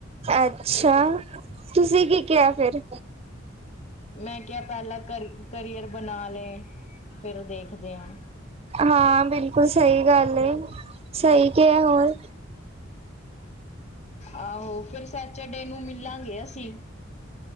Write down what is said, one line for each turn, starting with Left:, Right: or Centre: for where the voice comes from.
Right: ਅੱਛਾ, ਤੁਸੀਂ ਕੀ ਕਿਹਾ ਫਿਰ?
Left: ਮੈਂ ਕਿਹਾ ਪਹਿਲਾਂ ਕਰ ਕਰੀਅਰ ਬਣਾ ਲਏ ਫਿਰ ਦੇਖਦੇ ਹਾਂ।
Right: ਹਾਂ, ਬਿਲਕੁਲ ਸਹੀ ਗੱਲ ਏ ਸਹੀ ਕਿਹਾ ਹੋਰ।
Left: ਆਹੋ, ਫਿਰ ਸੈਚਡੇ ਨੂੰ ਮਿਲਾਂਗੇ ਅਸੀਂ।